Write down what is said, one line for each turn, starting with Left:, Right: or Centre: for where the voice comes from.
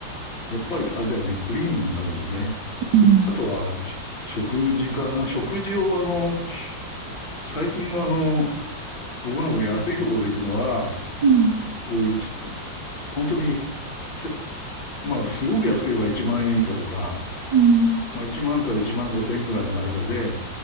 Left: やっぱりあれだよね。クリーンなのがいいよね。
Right: うん。
Left: あとは、食事かな。食事をあの、最近はあの、僕なんか安いところで行くのは、
Right: うん。
Left: こう一、本当に、へまあ、すごく安ければ1万円以下とか、
Right: うん。
Left: まあ、1万から1万5千円ぐらいの間で、